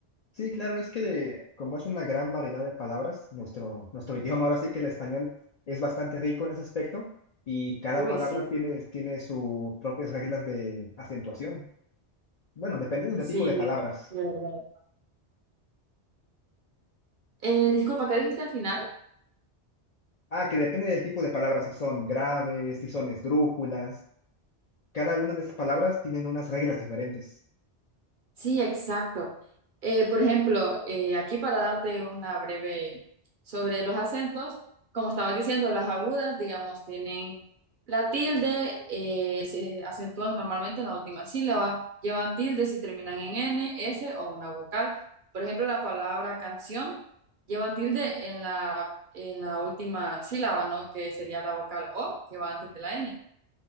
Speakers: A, on the left (about 55°); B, on the right (about 55°).
A: Sí, claro, es que de- como es una gran variedad de palabras, nuestro, nuestro idioma ahora sí que el español es bastante rico en ese aspecto y cada
B: Uy,
A: palabra
B: sí,
A: tiene, tiene sus propias reglas de acentuación. Bueno, dependiendo del
B: sí,
A: tipo de palabras.
B: de verdad. Eh, disculpa, ¿qué dijiste al final?
A: Ah, que depende del tipo de palabras, si son graves, si son esdrújulas. Cada una de esas palabras tienen unas reglas diferentes.
B: Sí, exacto. Eh, por ejemplo, eh, aquí para darte una breve sobre los acentos, como estaba diciendo, las agudas, digamos, tienen la tilde, eh, se acentúan normalmente en la última sílaba, llevan tilde si terminan en N, S o una vocal. Por ejemplo, la palabra canción llevan tilde en la, en la última sílaba, ¿no? Que sería la vocal O, que va antes de la N.